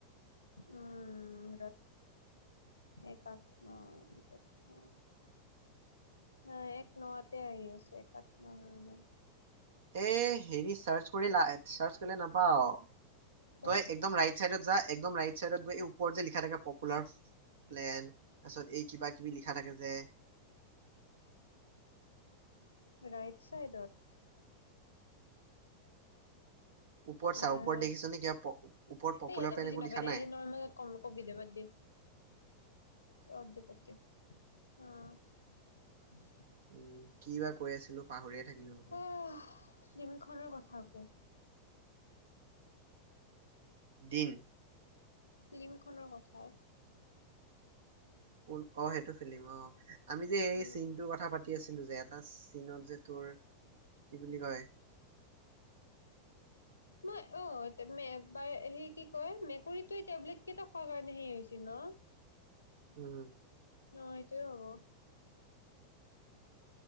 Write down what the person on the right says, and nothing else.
এ হেৰি চাৰ্চ কৰি চাৰ্চ কৰিলে নাপাই নাপাওঁ
ত একদম ৰাইট চাইডত যা একদম ৰাইট চাইড গৈ এই ওপৰত যে লিখা থাকে পপুলাৰ প্লেন তাৰপিছত এই কিবা কিবি লিখা থাকে যে
ওপৰত
চা ওপৰত
দেখিছ নে কিবা প- ওপৰত পপুলাৰ
প্লেন
একো
লিখা
নাই
উম কি বা কৈ আছিলো পাহৰিয়ে থাকিলো নহয়
দিন
ক অঁ সেইটো ফিলিম অঁ আমি যে
এই চীনটোৰ কথা পাতি আছিলো যে, এটা চীনত যে তোৰ কি বুলি কয়?
উম।